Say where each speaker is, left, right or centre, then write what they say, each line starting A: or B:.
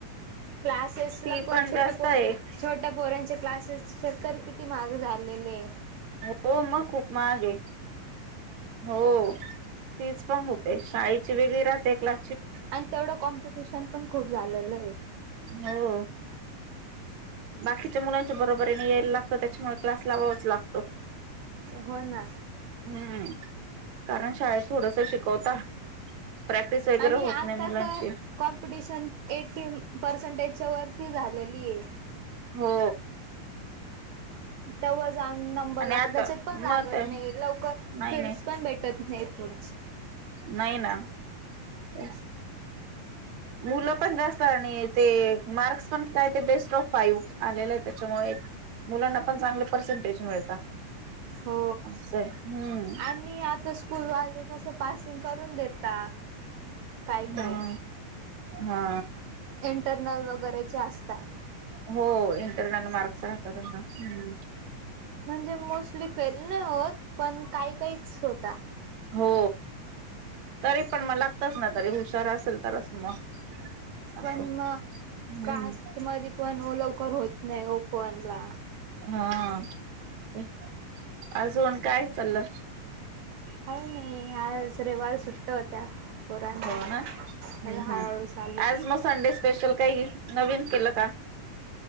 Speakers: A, on the right (about 75°); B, on the right (about 60°).
A: क्लासेस ला
B: फी
A: पण छोटं
B: जास्त
A: पोर
B: आहे
A: छोटं पोरांचे क्लासेस तर खर किती महाग झालेलेय.
B: हो मग खूप महाग हे हो फीच पण खूप. एक शाळेची वेगळी राहते क्ला
A: आणि तेवढं कॉम्पिटिशन पण खूप झालेलंय.
B: हो. बाकीच्या मुलांच्या बरोबरीने यायला लागतं त्याच्यामुळे क्लास लावावाच लागतो.
A: हो ना.
B: हम्म कारण शाळेत थोडंसं शिकवता प्रॅक्टिस वगैरे
A: आणि आता
B: होत नाही मुलांची
A: तर कॉम्पिटिशन एटी पर्सेंटेजच्या वरती झालेलीये.
B: हो.
A: तेव्हा जाऊन नंबर
B: आणि
A: लागतो
B: आता
A: त्याच्यात पण लागत
B: मग ते
A: नाही लवकर
B: नाही
A: फिल्डस
B: नाही
A: पण भेटत नाही पुढ!
B: नाही ना ते मुलं पण जास्त आणि ते मार्क्स पण काय ते बेस्ट ऑफ फाईव आलेलाहे त्याच्यामुळे. मुलांना पण चांगले पर्सेंटेज मिळता.
A: हो
B: असं हम्म
A: आणि आता स्कूलवालं कस पासिंग करून देेता काय - काय
B: हम्म हा
A: इंटरनल व करायचे असता.
B: हो <unintelligible> मार्क्स राहता त्यांना हम्म.
A: म्हणजे मोस्टली फेल नाही होत पण काही काहीच होता.
B: हो तरी पण म लागतंच ना तरी हुशार असेल तरच मग.
A: पण
B: असं
A: म
B: हम्म
A: कास्ट मधी पण ओ लवकर होत नाही ओपनला.
B: हा <unintelligible> अजून काय चाललं?
A: काही नाही आज रेवार सुट्ट होत्या. पोरांना
B: हो ना?
A: सगळं
B: हं -
A: हळूहळू
B: हं
A: चालू
B: आज मग संडे स्पेशल काही नवीन केलं का?